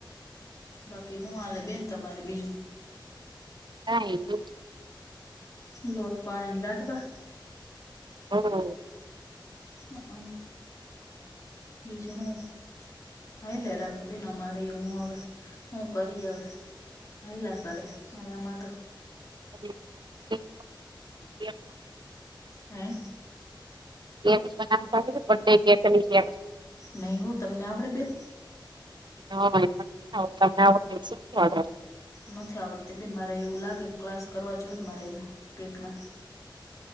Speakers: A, on the left (about 40°); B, on the right (about 65°).
A: બાકી હું હાલે બેન તમારે બીજું?
B: હા ઈ હું
A: લોટ પાણીની લાડવા?
B: હો.
A: હ અહ બીજું હું. હા એલે રાખ બેન અમારે હું હવે હું કરી હવે. હઈલા કરે હ એમાં તો.
B: <unintelligible>
A: હમ્મ.
B: કેક બનાવતા આવડે હે બડે કેકની કેક જેમ.
A: નહી હું તમને આવડે બેન?
B: <unintelligible> તમને આવડતું હોય તો શીખવાડો.
A: નથી આવડતી બેન મારે એવું લાગે ક્લાસ કરવા જોઈ મારે એના કેક ના.